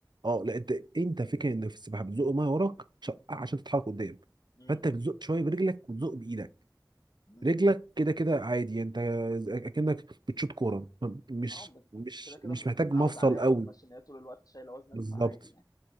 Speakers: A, on the right; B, on the left.
A: اه لا انت انت فكره ان في السباحه بتزق الميه وراك عشان عشان تتحرك قدام
B: امم
A: فانت بتزق شويه برجلك وتزق بايدك
B: امم
A: رجلك كده كده عادي يعني، انت اكنك بتشوط كوره مش
B: اه مت-
A: مش
B: كده كده
A: مش
B: مت-
A: محتاج
B: متعود
A: مفصل
B: عليها
A: قوي
B: بالمشي ان هي طول الوقت شايله وزنك
A: بالظبط
B: فعادي